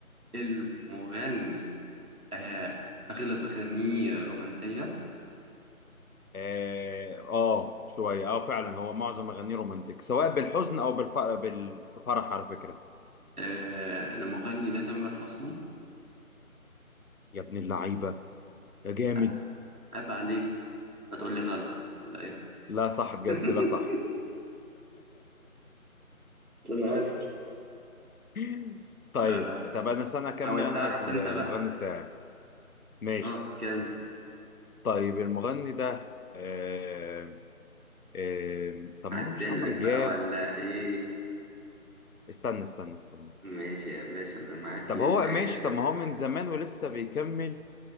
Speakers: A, on the right; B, on the left.
A: المغني آه اغلب اغانيه رومانسية
B: اه آه، شوية اه فعلا هو معظم أغانيه رومانتك سواء بالحزن أو بالف... بالفرح على فكرة
A: آه المغني ده تامر حسني
B: يا ابن اللعيبة يا جامد
A: آه، عيب عليك هتقول لي غلط ولا ايه
B: لا صح بجد
A: <laughs>
B: لا صح
A: انا عارف
B: <laughs> طيب
A: آه.
B: طب انا سنة اكمل
A: حاول تعرف
B: انا
A: انت بقى
B: المغني بتاعي ماشي
A: اه كم
B: طيب المغني ده آم، آم، طب
A: عدل
B: ما هو مش عمرو
A: لك
B: دياب
A: بقى ولا ايه
B: استنى استنى استنى
A: ماشي يا باشا انا معاك
B: طب
A: للاخر
B: هو ماشي طب ما هو من زمان ولسه بيكمل